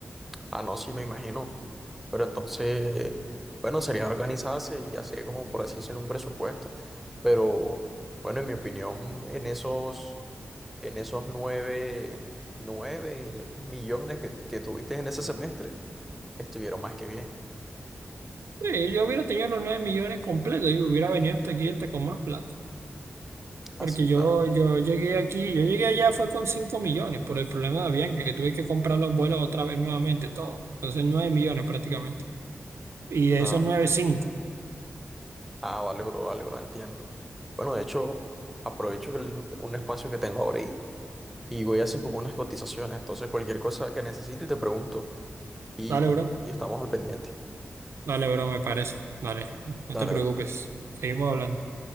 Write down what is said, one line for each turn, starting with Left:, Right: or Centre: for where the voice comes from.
Centre: Ah, no, sí, me imagino. Pero entonces, bueno, sería organizarse y hacer como por así decirlo un presupuesto. Pero, bueno, en mi opinión, en esos, en esos nueve, nueve millones que, que tuviste en ese semestre, estuvieron más que bien.
Right: Sí, yo hubiera tenido los 9 millones completos y hubiera venido hasta aquí hasta con más plata,
Centre: Así,
Right: porque yo,
Centre: claro.
Right: yo llegué aquí, yo llegué allá fue con 5 millones por el problema de Avianca, que tuve que comprar los vuelos otra vez nuevamente, todo. Entonces 9 millones prácticamente. Y de
Centre: Ah,
Right: esos 9 cinco,
Centre: ah, vale, bro, vale, bro, entiendo. Bueno, de hecho, aprovecho el- un espacio que tengo ahora y Y voy a hacer como unas cotizaciones. Entonces, cualquier cosa que necesite te pregunto. Y,
Right: Dale, bro.
Centre: y estamos al pendiente.
Right: Dale, bro, me parece. Dale, no
Centre: Dale,
Right: te preocupes.
Centre: bro.
Right: Seguimos hablando.